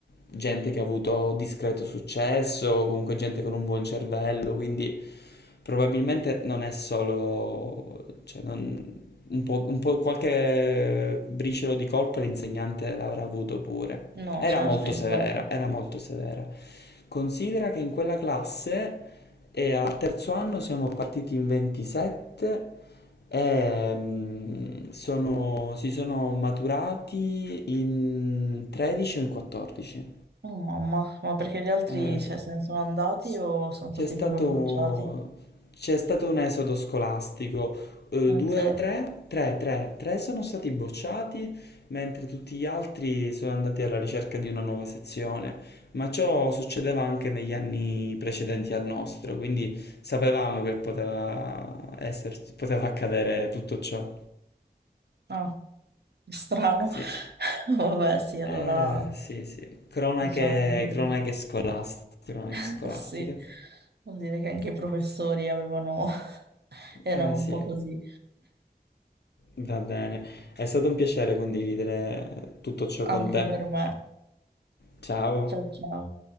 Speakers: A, on the left; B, on the right.
A: gente che ha avuto discreto successo, comunque gente con un buon cervello, quindi probabilmente non è solo, cioè non- un po', un po' qualche briciolo di colpa l'insegnante l'avrà avuto pure.
B: No,
A: Era
B: certo,
A: molto
B: infatti.
A: severa, era molto severa. Considera che in quella classe eh, al terzo anno siamo partiti in 27 e mm, sono- si sono maturati in 13 o in 14.
B: Oh mamma, ma perché gli altri
A: Eh,
B: cioè, se ne sono andati
A: s-
B: o sono
A: c'è
B: stati
A: stato,
B: proprio bruciati?
A: c'è stato un esodo scolastico, eh,
B: Ok.
A: due o tre, tre, tre, tre sono stati bocciati, mentre tutti gli altri sono andati alla ricerca di una nuova sezione, ma ciò succedeva anche negli anni precedenti al nostro, quindi sapevamo che poteva esserci- poteva accadere tutto ciò.
B: Ah. strano.
A: Sì.
B: <laughs> Vabbè, sì, allora
A: Eh, sì, sì, cronache,
B: diciamo anche-
A: cronache scolastiche, cronache
B: <laughs>
A: scolastiche.
B: sì, vuol dire che anche i professori avevano <laughs> erano
A: Eh, sì.
B: un po' così,
A: Va bene, è stato un piacere condividere tutto ciò con
B: anche
A: te.
B: per me.
A: Ciao.
B: Ciao ciao.